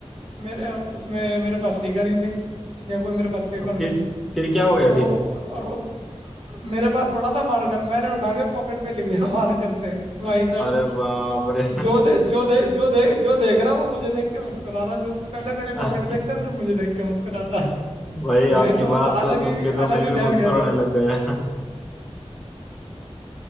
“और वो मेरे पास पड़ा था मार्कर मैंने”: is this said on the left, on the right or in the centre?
Right